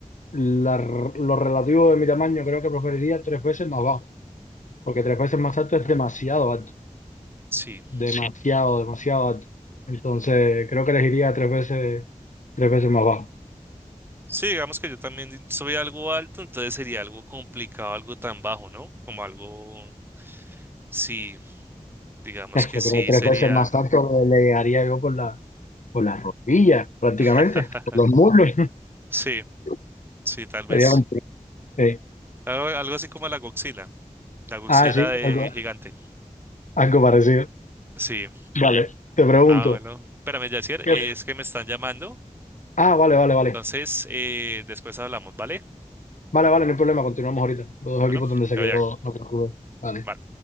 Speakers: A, on the left; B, on the right.
A: la- lo relativo de mi tamaño, creo que preferiría tres veces más bajo, porque tres veces más alto es demasiado alto,
B: Sí.
A: Sí. demasiado, demasiado alto. Entonces, creo que elegiría tres veces, tres veces más bajo.
B: Sí, digamos que yo también soy algo alto, entonces sería algo complicado, algo tan bajo, ¿no? Como algo, sí, digamos
A: Es
B: que
A: que
B: sí
A: pero tres
B: sería,
A: veces más alto le, le llegaría yo por la, por las rodillas, prácticamente,
B: <laughs>
A: por los muslos.
B: sí,
A: <laughs>
B: sí, tal vez.
A: Sería un- sí.
B: Algo, algo así como la Godzilla, la Godzilla
A: Ah, sí,
B: de
A: algo,
B: gigante.
A: algo parecido.
B: Sí.
A: Vale, te pregunto.
B: Ah, bueno. Espérame, Yacier,
A: ¿qué-
B: eh, es que me están llamando,
A: Ah, vale, vale, vale.
B: entonces eh, después hablamos, ¿vale?
A: Vale, vale, no hay problema, continuamos ahorita. Los dos
B: Bueno,
A: equipos donde se
B: te
A: quedó,
B: voy a
A: no me acuerdo. Vale.
B: Vale.